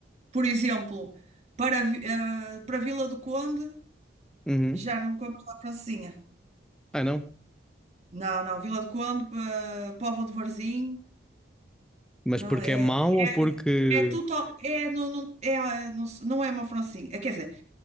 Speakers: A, on the right; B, in the centre.
A: por exemplo, para, Vi- eh, para Vila do Conde,
B: uhum.
A: já não comes lá francesinha.
B: Ah, não.
A: Não, não. Vila do Conde, pa- Póvoa de Varzim,
B: Mas
A: não
B: porque
A: é?
B: é mau ou porque.
A: É tudo, é, não, não, é, ah, não, se- não é uma francesinha. É, Quer dizer,